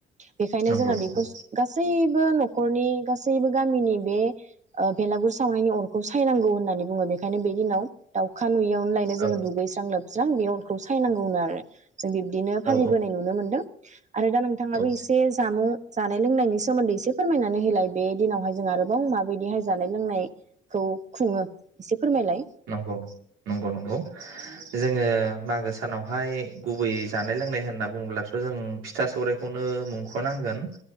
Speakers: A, on the right; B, on the right.
A: बेखायनो
B: नंगौ
A: जोंहा
B: नंगौ
A: बेखौ गासैबो न'खरनि गासैबो गामिनि बे ओ बेलागुर सावनायनि अरखौ सायनांगौ होननानै बुङो बेखायनो बे दिनाव दाउखा नुयैयावनो लायनो
B: औ
A: जोङो दुगैस्रां लोबस्रां बे अरखौ सायनांगौ होनो आरो जों बिब्दिनो फालिबोनाय
B: औ
A: नुनो मोन्दों आरो दा नोंथाङाबो
B: औ
A: एसे जामुं जानाय लोंनायनि सोमोन्दै एसे फोरमायनानै होलाय बे दिनावहाय जोंहा आरोबाव माबायदिहाय जानाय लोंनायखौ खुङो एसे फोरमायलाय
B: नंगौ नंगौ नंगौ जोङो मागो सानावहाय गुबैयै जानाय लोंनाय होनना बुंङोब्लाथ' जों फिथा सौरायखौनो मुंख'नांगोन